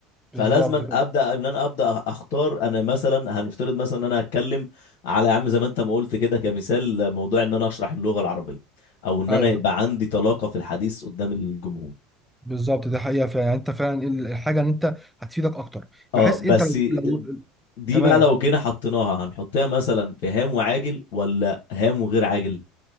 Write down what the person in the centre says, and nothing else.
بالظبط
كده
ايوه
بالظبط ده حقيقه فعلا يعني انت فعلا ايه الحاجه اللي انت هتفيدك اكتر
بحيث
انت لو لو-
تمام